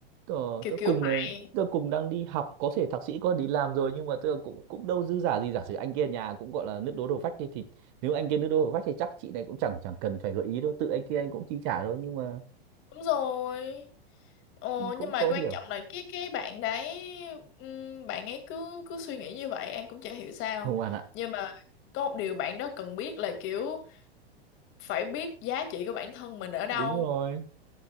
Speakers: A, on the right; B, on the left.
A: tôi
B: Kiểu
A: tớ
B: kiểu
A: cùng
B: vậy.
A: là tôi cùng đang đi học có thể thạc sĩ có đi làm rồi nhưng mà tôi cũng cũng đâu dư giả gì giả sử anh kia nhà cũng gọi là nước đố đầu vách đi thì nếu anh kia nước đố đầu vách thì chắc chị này cũng chẳng chẳng cần phải gợi ý đâu tự anh kia anh cũng chi trả thôi nhưng mà
B: Đúng rồi. Ồ,
A: cũng
B: nhưng
A: khó
B: mà quan
A: hiểu
B: trọng là cái cái bạn đấy ừm, bạn ấy cứ cứ suy nghĩ như vậy em cũng chả hiểu sao.
A: không bạn ạ
B: Nhưng mà có một điều bạn đó cần biết là kiểu phải biết giá trị của bản thân mình ở đâu
A: đúng rồi